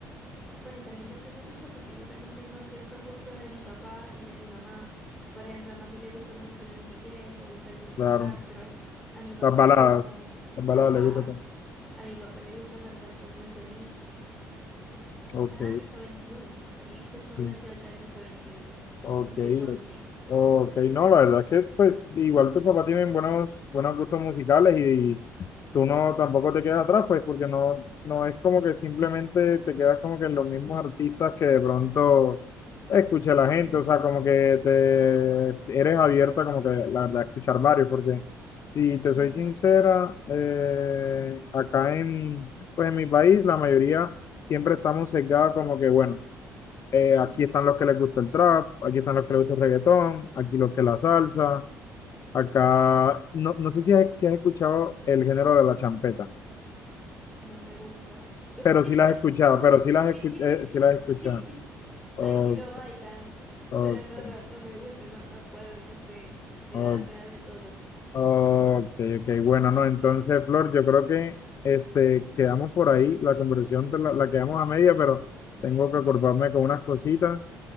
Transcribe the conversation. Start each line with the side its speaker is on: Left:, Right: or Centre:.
Centre: bueno, y también depende mucho porque yo también tengo ciertos gustos de mi papá y de mi mamá. Por ejemplo, a mami le gusta mucho Luis Miguel, le gusta Cristian
Left: claro.
Centre: Castro, a mi papá
Left: Las baladas.
Centre: le gusta,
Left: Las baladas
Centre: ajá,
Left: le gusta también.
Centre: a mi papá le gusta Marco Antonio Solís.
Left: Ok,
Centre: Ah, Piso veintiuno también escucho
Left: sí.
Centre: una que otra de Piso veintiuno
Left: Ok,
Centre: Y Luis Fonsi.
Left: ok,
Centre: Ujú.
Left: no, la verdad es que pues igual tus papás tienen buenos, buenos gustos musicales y, y tú no tampoco te quedas atrás, pues porque no, no es como que simplemente te quedas como que en los mismos artistas que de pronto escucha la
Centre: No.
Left: gente, o sea, como que te eres abierta como que la verdad a escuchar varios, porque si
Centre: Sí,
Left: te soy sincera, eh, acá en, pues en mi país la mayoría siempre estamos sesgados como que bueno eh,
Centre: mm,
Left: aquí están los que les gusta el trap, aquí están los que les gusta el reggaetón, aquí los que la salsa, acá, no, no sé si has, si has escuchado el género de la champeta,
Centre: no me gusta. Lo
Left: pero
Centre: siento.
Left: sí las has escuchado,
Centre: <laughs>
Left: pero sí las,
Centre: Sí,
Left: escu- eh, sí las has escuchado.
Centre: sí.
Left: Ok,
Centre: Aquí lo bailan,
Left: ok,
Centre: pero no, no, no me gusta, no, no puedo, no sé. Me
Left: ok,
Centre: da, me da de todo.
Left: ok, ok, bueno,
Centre: Aunque,
Left: no, entonces, Flor, yo creo que este, quedamos por ahí, la conversación te la, la quedamos a media, pero tengo que ocuparme con unas cositas.